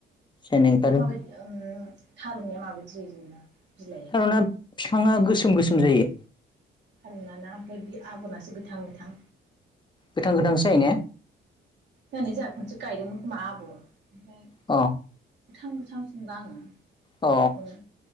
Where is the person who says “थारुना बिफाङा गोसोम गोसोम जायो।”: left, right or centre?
Left